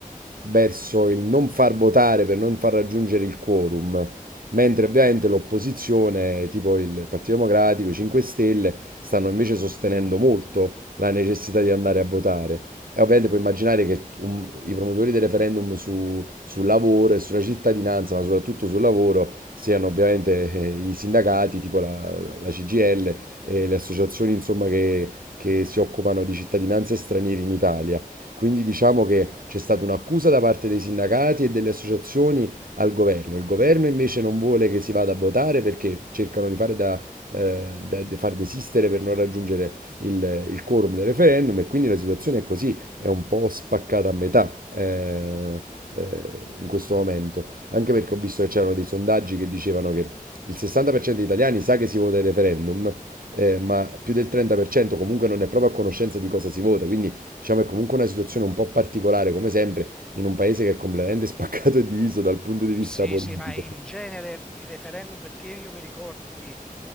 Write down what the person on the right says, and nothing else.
verso il non far votare per non far raggiungere il quorum, mentre ovviamente l'opposizione, tipo il Partito Democratico, i 5 Stelle, stanno invece sostenendo molto la necessità di andare a votare. E ovviamente puoi immaginare che un- i promotori del referendum su- sul lavoro e sulla cittadinanza, ma soprattutto sul lavoro, siano ovviamente eh, i sindacati, tipo la, la CGL e le associazioni, insomma, che, che si occupano di cittadinanze stranieri in Italia. Quindi diciamo che c'è stata un'accusa da parte dei sindacati e delle associazioni al governo. Il governo invece non vuole che si vada a votare perché cercano di fare da, eh, da- di far desistere per non raggiungere il, il quorum del referendum e quindi la situazione è così è un po' spaccata a metà eh, eh, in questo momento, anche perché ho visto che c'erano dei sondaggi che dicevano che il 60% degli italiani sa che si vota il referendum, eh, ma più del 30% comunque non è proprio a conoscenza di cosa si vota, quindi diciamo è comunque una situazione un po' particolare, come sempre, in un paese che è completamente <laughs> spaccato e diviso dal punto di vista
politico.